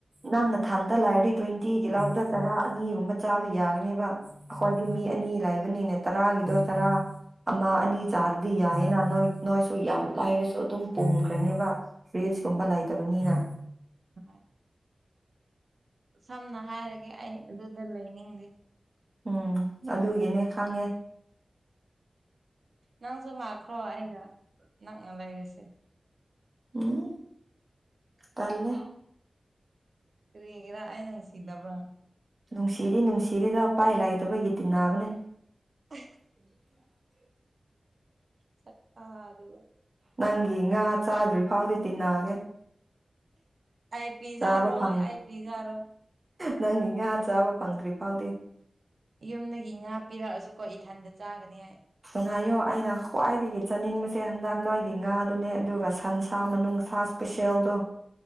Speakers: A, on the right; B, on the right.
A: ꯅꯪꯅ ꯊꯥꯟꯗ ꯂꯥꯛꯑꯗꯤ ꯇ꯭ꯋꯦꯟꯇꯤ ꯌꯦꯤꯜꯍꯥꯎꯗ ꯆꯔꯥ ꯑꯅꯤꯒꯨꯝꯕ ꯆꯥꯕ ꯌꯥꯒꯅꯦꯕ ꯑꯩꯈꯣꯏꯗꯤ
B: ꯍꯣꯏ
A: ꯃꯤ ꯑꯅꯤ ꯂꯕ ꯅꯤꯅꯦ ꯇꯔꯥꯒꯗꯣ ꯇꯔꯥ ꯑꯃ ꯑꯅꯤ ꯆꯥꯔꯗꯤ ꯌꯥꯏꯌꯦꯅ ꯅꯣꯏ ꯅꯣꯏꯁꯨ ꯌꯥꯝ ꯂꯥꯏꯔꯁꯨ ꯑꯗꯨꯝ ꯄꯨꯝꯈ꯭ꯔꯅꯦꯕ ꯐ꯭ꯔꯤꯖ ꯀꯨꯝꯕ
B: ꯍꯣꯏ
A: ꯂꯩꯇꯕꯅꯤꯅ
B: ꯍꯣꯏ ꯁꯝꯅ ꯍꯥꯏꯔꯒꯦ ꯑꯩ ꯑꯗꯨꯗ ꯂꯩꯅꯤꯡꯗꯦ
A: ꯎꯝ ꯑꯗꯨꯒꯤꯅꯦ ꯈꯪꯉꯦ
B: ꯅꯪꯁꯨ ꯂꯥꯛꯈ꯭ꯔꯣ ꯑꯩꯒ ꯅꯛꯅ ꯂꯩꯔꯤꯁꯦ
A: ꯎꯝ ꯇꯂꯦ
B: ꯀꯒꯦꯔꯥ ꯑꯩ ꯁꯤꯗꯕ꯭ꯔꯥ
A: ꯅꯨꯡꯁꯤꯔꯤ ꯅꯨꯡꯁꯤꯔꯤꯗ ꯄꯥꯏ ꯂꯩꯥꯏꯇꯕꯒꯤ ꯇꯤꯟꯅꯅꯥꯕꯅꯦ
B: ꯍ
A: <unintelligible>
B: ꯆꯠꯄ ꯑꯗꯨꯒ ꯑꯗꯨꯒ
A: ꯅꯪꯒꯤ ꯉꯥ ꯆꯥꯗ꯭ꯔꯤ ꯐꯥꯎꯗꯤ ꯇꯤꯟꯅꯒꯦ
B: ꯑꯩ ꯄꯤꯖꯥ
A: ꯆꯥꯕ
B: ꯔꯣꯣꯏ
A: ꯐꯪ
B: ꯑꯩꯥꯏ ꯄꯤꯖꯥ ꯔꯣꯏ
A: ꯅꯪꯒꯤ ꯉꯥ ꯆꯥꯕ ꯐꯪꯗ꯭ꯔꯤ ꯐꯥꯎꯗꯤ
B: ꯌꯨꯝꯗꯒꯤ ꯉꯥ ꯄꯤꯔꯛꯑꯁꯨꯀꯣ ꯏꯊꯟꯗ ꯆꯥꯒꯅꯤ ꯍꯥꯏ
A: ꯉꯥꯏꯌꯣ ꯑꯩꯅ ꯈ꯭ꯋꯥꯏꯗꯒꯤ ꯆꯥꯅꯤꯡꯕꯁꯦ ꯍꯟꯗꯛ ꯅꯣꯏꯒꯤ ꯉꯥꯗꯨꯅꯦ ꯑꯗꯨꯒ ꯁꯟꯁ ꯃꯅꯨꯡꯁ ꯄꯤꯁꯦꯜꯗꯣ